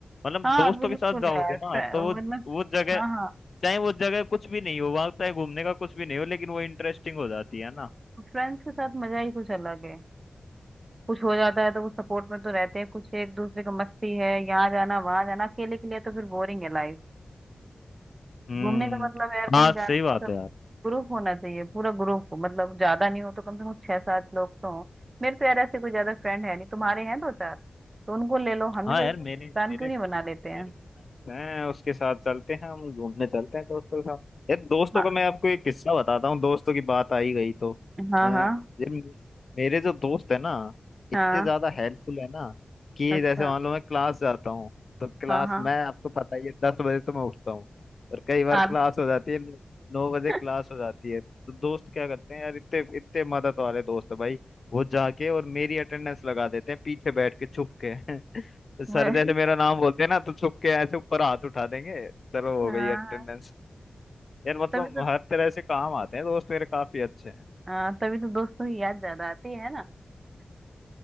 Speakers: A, on the left; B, on the right.
A: मतलब
B: हाँ
A: दोस्तों
B: बिल्कुल
A: के साथ जाओगे
B: यार
A: ना
B: फ्रे-
A: तो वो
B: वरना
A: वो जगह
B: हाँ हाँ
A: चाहे वो जगह कुछ भी नहीं हो वहां चाहे घूमने का कुछ भी नहीं हो लेकिन वो इंटरेस्टिंग हो जाती है ना
B: फ्रेंड्स के साथ मजा ही कुछ अलग है कुछ हो जाता है तो वो सपोर्ट में तो रहते हैं कुछ एक दूसरे का मस्ती है यहाँ जाना वहां जाना अकेले के लिए तो फिर बोरिंग है लाइफ
A: हम्म
B: घूमने का मतलब है यार कहीं
A: हाँ
B: जाना
A: सही बात है यार
B: ग्रुप होना चाहिए पूरा ग्रुप मतलब ज्यादा नहीं हो तो कम से कम छह सात लोग तो हो मेरे तो यार ऐसे कोई ज्यादा फ्रेंड है नहीं तुम्हारे हैं दो चार तो उनको ले लो हम
A: हाँ
B: भी कोई
A: यार
B: प्लान
A: मेरे मेरे
B: क्यों नहीं बना लेते हैं
A: मेरे मैं उसके साथ चलते हैं हम घूमने चलते हैं दोस्तों के साथ यार दोस्तों
B: हाँ
A: का मैं आपको एक किस्सा बताता हूँ दोस्तों की बात आई गई तो
B: हाँ
A: अ, ये
B: हाँ
A: मे- मेरे जो दोस्त है ना
B: हाँ
A: इतने ज्यादा हेल्पफुल है ना कि
B: अच्छा
A: जैसे मान लो मैं क्लास जाता हूँ तो क्लास
B: हाँ हाँ
A: मैं आपको पता ही है दस बजे तो मैं उठता हूँ और कई बार
B: आप
A: क्लास हो जाती है नौ बजे
B: <laughs>
A: क्लास हो जाती है तो दोस्त क्या करते हैं यार इतने इतने मदद वाले दोस्त है भाई वो जाके और मेरी अटेंडेंस लगा देते हैं पीछे बैठ के छुप के <laughs> सर
B: वे-
A: जैसे मेरा नाम बोलते हैं ना तो चुप के ऐसे ऊपर हाथ उठा देंगे चलो हो
B: हाँ
A: गई अटेंडेंस
B: हाँ,
A: यार मतलब
B: तभी तो
A: हर तरह से काम आते हैं दोस्त मेरे काफी अच्छे हैं
B: हाँ तभी तो दोस्तों की याद ज्यादा आती है ना